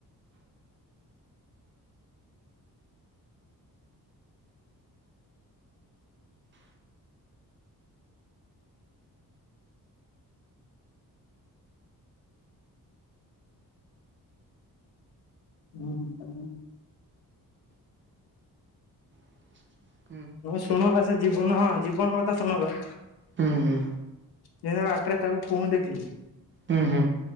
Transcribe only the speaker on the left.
ହୁଁ ହୁଁ ହୁଁ।
ହଁ ଶୁଣ ବା ସେ ଯି ବନ ଜୀବନ କଥା ଶୁଣବା।
ଏଇନେ ବାଟରେ ତାକୁ ପୁଣି ଦେଖିଲି।